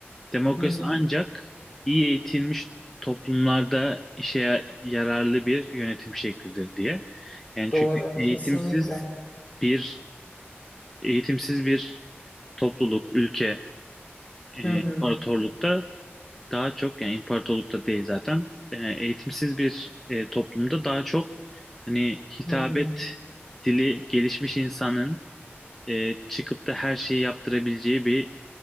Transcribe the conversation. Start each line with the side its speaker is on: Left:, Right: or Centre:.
Centre: demokrasi
Left: Hı hı.
Centre: ancak iyi eğitilmiş toplumlarda işe ya- yararlı bir yönetim şeklidir diye. Yani
Left: Doğru,
Centre: çünkü eğitimsiz
Left: kesinlikle.
Centre: bir eğitimsiz bir topluluk, ülke, e,
Left: Hı hı.
Centre: imparatorlukta daha çok yani imparatorlukta değil zaten e, eğitimsiz bir e, toplumda daha çok hani hitabet
Left: Hı hı.
Centre: dili gelişmiş insanın e, çıkıp da her şeyi yaptırabileceği bir